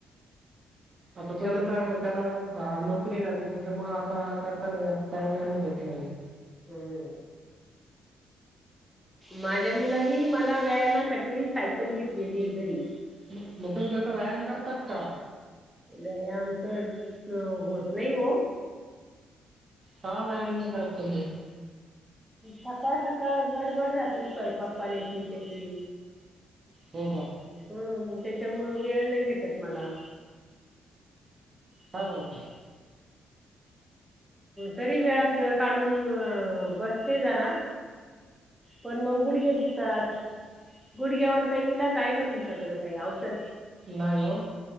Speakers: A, on the right; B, in the centre.
A: आता
B: ठेव
A: तो त्याचा त्याला अ नोकरी राहते, त्याच्या मुळे आता करता नाही, टाईम मॅनेज होत नाही.
B: <inaudible> माझ्या मुलानी मला व्यायामासाठी सायकल घेतलेलीये घरी.
A: मग तुम्ही त्याचावर व्यायाम करतात का?
B: व्यायाम तर अ होत नाही ओ
A: का व्यायाम नाही करत तुम्ही?
B: सकाळ सकाळ गडबड राहती स्वयंपाक पाण्याची त्याची
A: हो का
B: हं मग त्याच्यामुळं वेळ नाही भेटत मला.
A: काय बोलता?
B: तरी वेळात वेळ काढून अ बसते जरा पण मंग गुडघे दुखतात गुडघ्यावर काही इलाज आहे का तुमच्याकडं काही औषध?
A: नाही ओ,